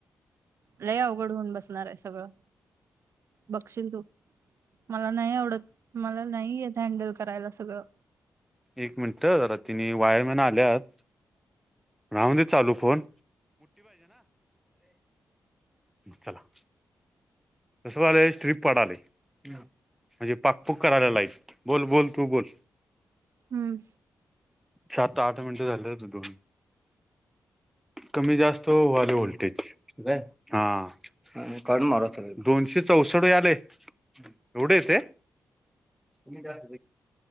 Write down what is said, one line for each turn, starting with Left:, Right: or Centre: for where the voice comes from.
Right: लय अवघड होऊन बसणार आहे सगळं बघशील तू. मला नाही आवडत मला नाही येत हँडल करायला सगळं.
Centre: एक मिनिट तिने वायरमॅन आल्यात. राहून दे चालू फोन. चला. कसं वालं स्ट्रीप पडाले म्हणजे पाक पूक करायला लाईट बोल बोल तू बोल.
Right: हम्म.
Centre: सात आठ मिनिटं झाले त दोन. कमी जास्त वले व्होल्टेज हा. आणि काढून मारा सरळ दोनशे चौसठ आले एवढे तेय. तुमही जास्त ब